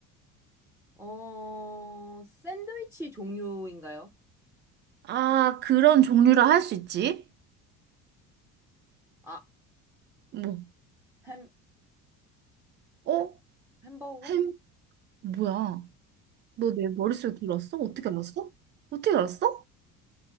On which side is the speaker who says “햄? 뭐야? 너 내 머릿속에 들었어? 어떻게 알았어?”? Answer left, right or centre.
Right